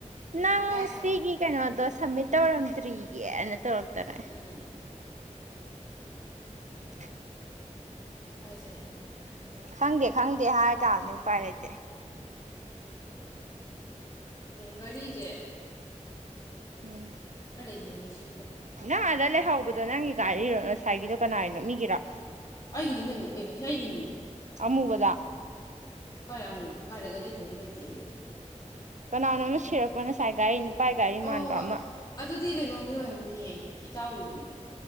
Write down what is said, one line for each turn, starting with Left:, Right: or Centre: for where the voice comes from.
Right: ꯅꯪ
Left: ꯏꯀꯥꯏ ꯍꯥꯏꯕ
Right: ꯁꯤꯒꯤ ꯀꯩꯅꯣꯗꯣ ꯁꯝꯃꯤꯠ ꯇꯧꯔꯝ ꯇꯔꯤꯒꯦꯅ ꯇꯧꯔꯛ ꯇꯅꯥ
Left: ꯎꯝ
Right: ꯍ <inaudible>
Left: ꯀꯥꯏꯖꯩ ꯍꯥꯏꯕ ꯊꯣꯡꯕ
Right: ꯈꯪꯗꯦ ꯈꯪꯗꯦ ꯍꯥꯏꯔ ꯇꯥꯝꯅꯤ ꯎꯄꯥꯏ ꯂꯩꯇꯦ
Left: ꯘꯔꯤꯖꯦ
Right: ꯎꯝ
Left: ꯅꯤꯡꯉꯦꯁꯨ <unintelligible>
Right: ꯅ ꯑꯗ ꯂꯩꯍꯧꯟꯗꯣ ꯅꯪ ꯒꯥꯔꯤꯔꯣ ꯉꯁꯥꯏꯒꯤꯗꯣ ꯀꯅꯥꯏꯅꯣ ꯃꯤꯒꯤꯔꯣ
Left: ꯑꯩꯒꯤꯅꯤ ꯀꯩꯅꯣ ꯑꯦ ꯑꯁꯤ ꯑꯩꯒꯤꯅꯤ
Right: ꯑꯃꯨꯕꯗ
Left: ꯀꯩ ꯑꯃꯨꯕ ꯀꯔ ꯒꯔꯤ ꯃꯨꯕ ꯂꯩꯇꯦ ꯑꯩꯒꯤꯗ
Right: ꯀꯅꯥꯅꯣꯝꯅ ꯁꯤꯔꯛꯄ ꯅꯁꯥꯏ ꯒꯔꯤ ꯅꯨ ꯎꯄꯥꯏ ꯒꯥꯔꯤ
Left: ꯑꯣ
Right: ꯃꯥꯟꯕ ꯑꯃ
Left: ꯑꯗꯨꯗꯤ ꯀꯩꯅꯣꯒꯤ ꯑꯣꯏꯔꯝꯅꯤꯌꯦ ꯏꯇꯥꯎꯔꯨꯒꯤ